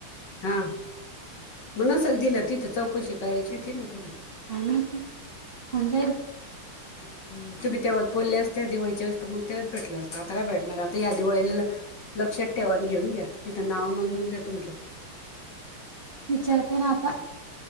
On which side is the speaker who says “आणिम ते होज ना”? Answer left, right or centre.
Right